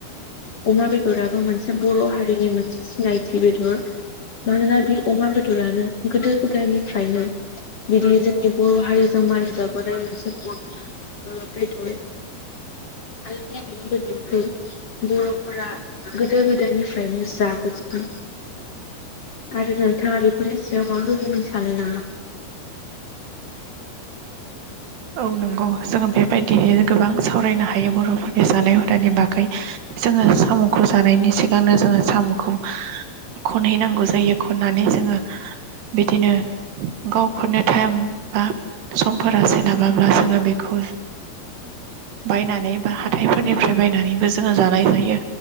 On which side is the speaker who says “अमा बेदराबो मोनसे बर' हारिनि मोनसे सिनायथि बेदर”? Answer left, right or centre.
Left